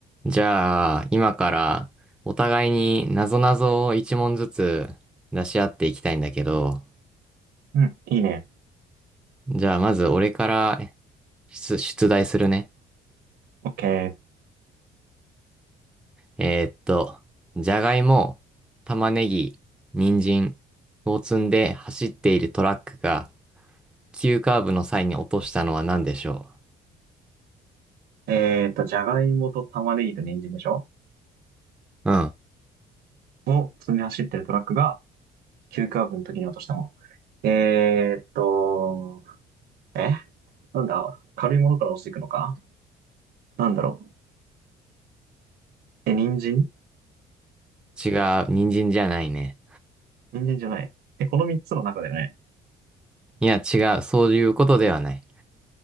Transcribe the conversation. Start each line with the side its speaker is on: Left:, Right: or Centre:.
Centre: じゃあ、今からお互いに謎々を一問ずつ出し合っていきたいんだけど、
Right: うん、いいね。
Centre: じゃあまず俺から出、出題するね。
Right: オッケー。
Centre: えーっと、じゃがいも、玉ねぎ、人参を積んで走っているトラックが急カーブの際に落としたのは何でしょ
Right: えっと、じゃがいもと玉ねぎと人参でしょ
Centre: ううん。
Right: を積んで走ってるトラックが、急カーブの時に落としたもの。えっと、えなんだ軽いものから落ちていくのかなんだろうえ、人参
Centre: 違う。人参じゃないね。
Right: 人参じゃない。え、この三つの中だよね。
Centre: いや、違う。そういうことではない。